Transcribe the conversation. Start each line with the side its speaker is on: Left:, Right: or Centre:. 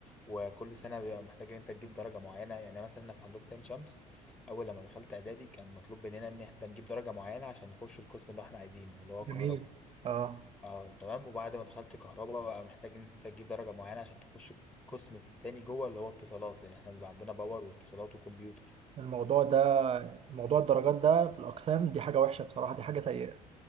Centre: وكل سنه بيبقى محتاج ان انت تجيب درجه معينه يعني مثلا أنا في هندسه عين شمس اول لما دخلت اعدادي كان مطلوب مننا ان احنا نجيب درجه معينه عشان نخش القسم اللي احنا عايزينه اللي هو الكهرباء
Right: جميل اه
Centre: اه تمام وبعد ما دخلت كهرباء بقى محتاج ان انت تجيب درجه معينه عشان تخش القسم التاني جوه اللي هو اتصالات لان احنا بيبقى عندنا باور واتصالات وكمبيوتر
Right: الموضوع ده موضوع الدرجات ده في الاقسام دي حاجه وحشه بصراحه دي حاجه سيئه